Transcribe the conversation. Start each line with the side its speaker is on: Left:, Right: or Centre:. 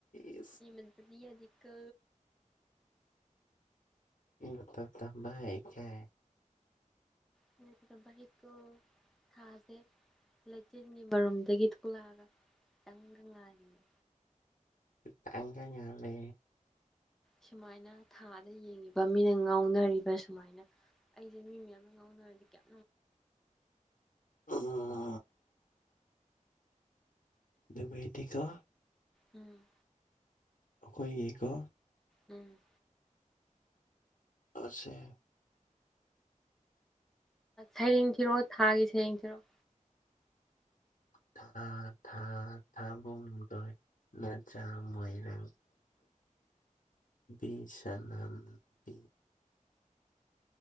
Left: ꯏ
Centre: ꯍ ꯃꯄꯕꯤ ꯑꯗꯤꯀ
Left: ꯎ ꯇ ꯊꯝꯕ ꯍ ꯀ
Centre: ꯀꯩꯅꯕ ꯍꯛꯇꯣ ꯊꯥꯁꯦ ꯂꯥꯏꯛ ꯆꯤꯟꯒꯤ ꯃꯔꯨꯝꯗꯒꯤ ꯊꯣꯛꯂꯛꯑꯒ ꯈꯤꯇꯪꯗꯪ ꯂꯥꯜꯂꯤꯅꯤ
Left: ꯇꯥꯡꯒ ꯌꯥꯂꯦ
Centre: ꯁꯨꯃꯥꯏꯅ ꯊꯥꯗ ꯌꯦꯡꯉꯤꯕ ꯃꯤꯅ ꯉꯥꯎꯅꯔꯤꯕ ꯁꯨꯃꯥꯏꯅ ꯑꯩꯁꯦ ꯃꯤ ꯃꯌꯥꯝꯅ ꯉꯥꯎꯅꯔꯗꯤ ꯀꯌꯥ
Left: ꯑ ꯃꯦꯗꯤꯀꯥ
Centre: ꯎꯝ
Left: ꯑꯩꯈꯣꯏꯒꯤꯀꯣ
Centre: ꯎꯝ
Left: ꯁꯦ
Centre: ꯁꯩꯔꯦꯡ ꯊꯤꯔꯣꯑꯣ ꯊꯥꯒꯤ ꯁꯩꯔꯦꯡ ꯊꯤꯔꯣꯑꯣ
Left: ꯊ ꯊꯥ ꯊꯥꯕ ꯇ ꯅ ꯆ ꯃꯣꯏꯔ ꯕꯤ ꯁꯅꯥꯝꯕꯤ